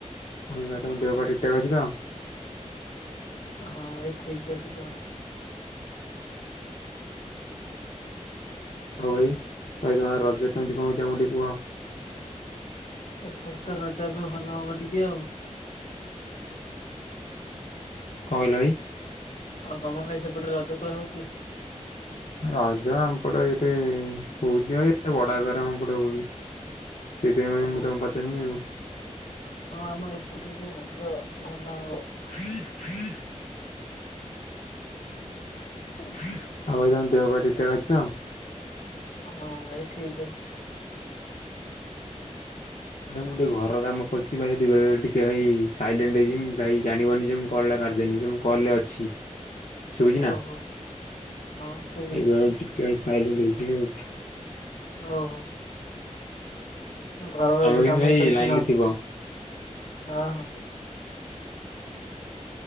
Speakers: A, on the left (about 70°); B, on the left (about 85°).
A: ମୁଁ କହିଲି ଭାଇ ତମ ଦେହପା ଠିକ୍ ଠାକ୍ ଅଛି ତ?
B: ହଁ ଭାଇ ଠିକ୍ ଅଛି ତ। ହଁ।
A: ଆଉ ଭାଇ ଭାଇ ତୋମର ରଜ କେମିତି କଣ ହୋଉଚି ଆମକୁ ଟିକେ କୁହ?
B: ଏପଟେ ତ ରଜ ଏବେ ଭଲ ହବ ଟିକେ ଆଉ
A: କଣ କହିଲ ଭାଇ?
B: ଆଉ ତୋମ ଭାଇ ସେପଟରେ ରଜ କରା ହଉଚି?
A: ରଜ ଆମପଟେ ଏତେ ହଉଚି ହଁ ଏତେ ବଡ ଆକାରରେ ଆମ ପଟେ ହଉନି। ସେଇଥିପାଇଁ ଭାଇ
B: ଓ
A: ମୁଁ ତୋମକୁ ପଚାରିନି ଆଉ।
B: ହଁ ଆମ ଏପଟରେ ଟିକେ ରଜ ଭଲ ହବ।
A: ଫଥାଇଁ ଫଥାଇଁ <inaudible> ଆଉ ଭାଇ ତୋମ ଦେହପା ଠିକ ଠାକ ଅଛି ତ?
B: ହଁ ଭାଇ ଠିକ୍ ଅଛି।
A: ଭାଇ ମୁଁ ଟିକେ ଘର କାମ କରିଛି ଭାଇ ଦି ବେଳେ ବେଳେ ଟିକେ ଭାଇ ସାଇଲେଣ୍ଟ ହେଇଯିମି। ଭାଇ ଜାଣିବନି ଯେ ମୁଁ କଲ୍ ଟା କାଟିଦେନି ଯେ, ମୁଁ କଲ୍ ରେ ଅଛି। ଶୁଭୁଚି ନା?
B: ଓହୋ ହଁ ଶୁଭୁଛି।
A: ଏବେ ଟିକେ ସାଇଲେଣ୍ଟ ହେଇଯିମି ଆଉ।
B: ଓହୋ, ଘର
A: ତମେ
B: ଏବେ
A: କିନ୍ତୁ
B: କାମ
A: ଭାଇ
B: ଚାଲିଚି
A: ଲାଇନ
B: ନା?
A: ରେ ଥିବ
B: ହଁ, ହଁ।